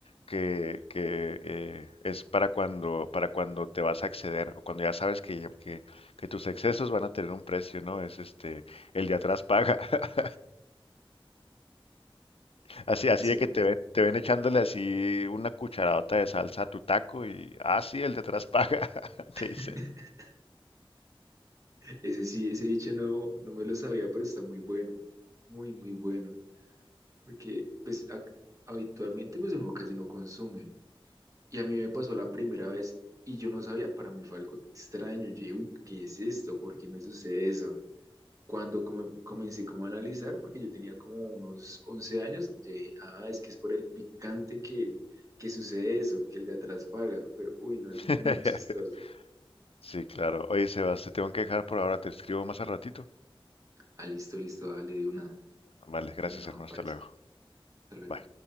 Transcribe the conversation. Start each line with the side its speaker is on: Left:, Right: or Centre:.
Left: que, que eh, es para cuando, para cuando te vas a exceder, o cuando ya sabes que, que, que tus excesos van a tener un precio, ¿no? Es este, el de atrás paga. <laughs> Así, así
Right: Ese,
Left: de que te ven, te ven echándole así una cucharadota de salsa a tu taco y, ah, sí, el de atrás paga, <laughs> te
Right: <laughs>
Left: dice.
Right: ese sí, ese dicho no, no me lo sabía, pero está muy bueno, muy, muy bueno. Porque pues ac- habitualmente pues uno casi no consume. Y a mí me pasó la primera vez y yo no sabía, para mí fue algo extraño. Yo dije, uy, ¿qué es esto? ¿Por qué me sucede eso? Cuando come- comencé como a analizar, porque yo tenía como unos 11 años, yo dije, ah, es que es por el picante que, que sucede eso, que el de atrás paga. Pero uy, no,
Left: <laughs>
Right: es muy chistoso.
Left: Sí, claro. Oye, Sebas, te tengo que dejar por ahora, te escribo más al ratito.
Right: Ah, listo, listo, dale de una,
Left: Vale, gracias
Right: de una
Left: hermano,
Right: mapa
Left: hasta
Right: esa.
Left: luego.
Right: Hasta luego.
Left: Bye.